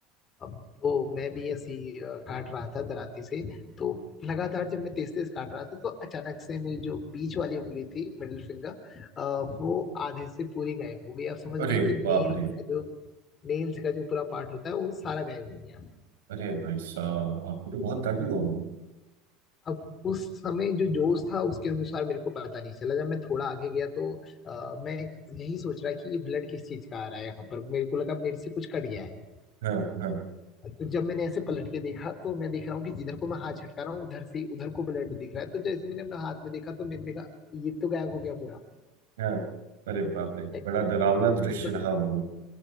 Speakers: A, on the left; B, on the right.
A: अब तो मैं भी ऐसी अ, काट रहा था दराती से तो लगातार जब मैं तेज तेज काट रहा था तो अचानक से मेरी जो बीच वाली उंगली थी मिडिल फिंगर वो आधे से पूरी गायब हो गई आप समझ
B: अरे
A: रहे हैं कि नेल
B: बाप रे
A: का जो नेल्स का जो पूरा पार्ट होता है वो सारा गायब हो गया
B: अरे भाई साहब आपको तो बहुत दर्द हुआ होगा
A: अब उस समय जो जोश था उसके अनुसार मेरे को पता नहीं चला जब मैं थोड़ा आगे गया तो अ, मैं यही सोच रहा कि ये ब्लड किस चीज का आ रहा है यहाँ पर मेरे को लगा मेरे से कुछ कट गया है
B: हाँ हाँ
A: तो जब मैंने ऐसे पलट के देखा तो मैं देख रहा हूँ कि जिधर को मैं हाथ छटका रहा हूँ उधर से उधर को ब्लड दिख रहा है तो जैसे मैंने अपना हाथ में देखा तो मैंने कहा ये तो गायब हो गया पूरा
B: हाँ अरे बाप रे
A: एक-
B: बड़ा डरावना दृश्य
A: मतलब
B: रहा होगा